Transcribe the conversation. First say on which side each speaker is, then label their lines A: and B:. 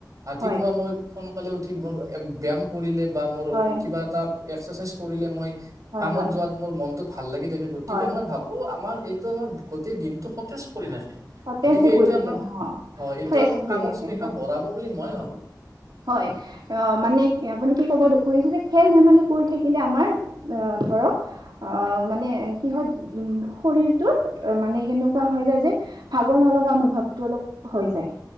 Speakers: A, on the right (about 50°); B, on the right (about 85°).
A: ৰাতিপুৱা
B: হয়
A: মই সোনকালে উঠি ব্যাম কৰিলে বা মোৰ
B: হয়
A: কিবা এটা এক্সাৰচাইজ কৰিলে মই
B: হয়
A: কামত
B: হয়
A: যোৱাত মোৰ মন ভাল লাগি থাকে, গতিকে
B: হয়
A: মই ভাবোঁ আমাৰ এইটো আমাৰ গটেই দিনটো সতেজ
B: সতেজে
A: গতিকে এইটো
B: কৰি থাকে
A: আমাক
B: অ
A: হয় এইটো
B: ফ্ৰেছ
A: আমাক
B: কৰি
A: কামৰ
B: ৰাখে
A: স্পৃহা
B: হয়
A: বঢ়াব বুলি মই ভাবো।
B: হয় অ মানে আপুনি কি ক'ব খুজিছে যে খেল ধেমালি কৰি থাকিলে আমাৰ অ', ধৰক অ', মানে কিহত উম, শৰীৰটোৰ মানে কেনেকুৱা হৈ যায় যে, ভাগৰ নলগা অনুভাৱটো অলপ হৈ যায়।